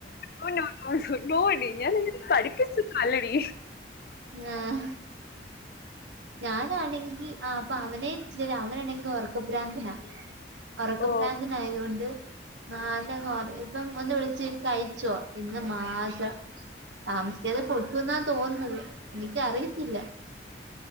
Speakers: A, on the left; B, on the right.
A: ഒ നോ നോ നോണ പഠിപ്പിസ്റ്റൊന്നല്ലടി
B: ആഹാ ഞാനാണെങ്കി ആപ്പൊ അവനെ വിളിച്ച് അവനാണെങ്കി ഒറക്കഭ്രാന്തനാ ഉറക്കഭ്രാന്തനായതോണ്ട്
A: ഓ
B: ആ അതങ് കൊറ ഇപ്പം ഒന്ന് വിളിച്ച കഴിച്ചോ ഇന്ന് മാത മിസ്ച്ചറ് കൊതുന്ന തോന്നുന്നത് എനിക്ക അറിയത്തില്ല